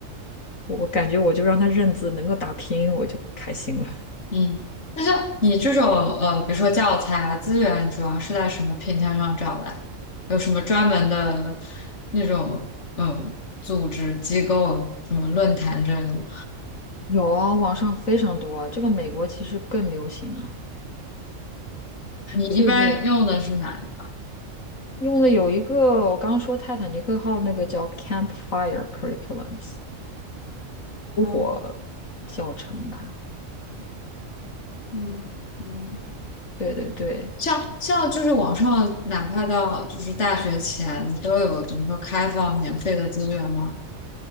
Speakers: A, on the left (about 75°); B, on the left (about 60°).
A: 我感觉我就让他认字，能够打拼音我就开心了。
B: 嗯那像你这种呃，比如说教材啊资源，主要是在什么平台上找的？有什么专门的那种嗯组织机构、什么论坛之类的吗？
A: 有啊，网上非常多啊这个美国其实更流行啊，
B: 你一般用的是哪一个？
A: 就是。用的有一个我刚说泰坦尼克号那个叫 Campfire Curriculums
B: 嗯
A: 呃教程吧，
B: 嗯嗯。
A: 对对对，
B: 像像就是网上，哪怕到就是大学前，你都有怎么说开放免费的资源吗？